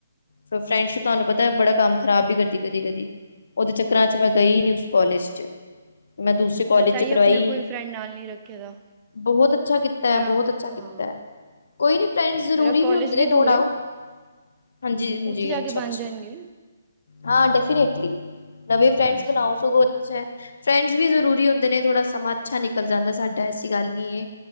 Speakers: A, on the left; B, on the right.
A: ਫ਼ਿਰ ਫਰੈਂਡਸ਼ਿਪ ਤੁਹਾਨੂੰ ਪਤਾ ਬੜਾ ਕੰਮ ਖਰਾਬ ਵੀ ਕਰਦੀ ਕਦੀ ਕਦੀ। ਉਹਦੇ ਚੱਕਰਾਂ 'ਚ ਮੈਂ ਗਈ ਨੀ ਉਸ ਕੋਾਲਜ 'ਚ। ਮੈਂ ਦੂਸਰੇ ਕੋਲਜ
B: ਮੈਂ ਤਾਂ
A: ਚ
B: ਹੀ
A: ਕਰਵਾਈ,
B: ਆਪਣੇ ਕੋਈ ਫਰੈਂਡ ਨਾਲ ਨਹੀਂ ਰੱਖੇ ਦਾ
A: ਬਹੁਤ ਛਾ ਕੀਤਾ
B: ਮੇਰਾ
A: ਬਹੁਤ ਅੱਛਾ ਕੀਤਾ।
B: ਹਾਂ
A: ਕੋਈ ਨੀ ਫਰੈਂਡ ਜ਼ਰੂਰੀ
B: ਮੇਰਾ ਕੋਲਜ
A: ਵੀ ਹੁੰਦੇ ਨੇ
B: ਦੂਰ
A: ਨੋ ਡਾਊਟ।
B: ਹੈ
A: ਹਾਂਜੀ-ਹਾਂਜੀ,
B: ਉੱਥੇ ਜਾ
A: ਅੱਛਾ-ਅੱਛਾ।
B: ਕੇ ਬਣ ਜਾਣਗੇ
A: ਹਾਂ ਡੈਫਿਨੇਟਲੀ ਨਵੇਂ ਫ੍ਰੈਂਡਸ
B: ਹਾਂਜੀ
A: ਬਣਾਓ ਸਗੋ ਅੱਛਾ ਹੈ। ਫਰੈਂਡਸ ਵੀ ਜ਼ਰੂਰੀ ਹੁੰਦੇ ਨੇ ਥੋੜਾ ਸਮਾਂ ਅੱਛਾ ਨਿਕਲ ਜਾਂਦਾ ਹੈ ਸਾਡਾ ਐਸੀ ਗੱਲ ਨਹੀਂ ਹੈ।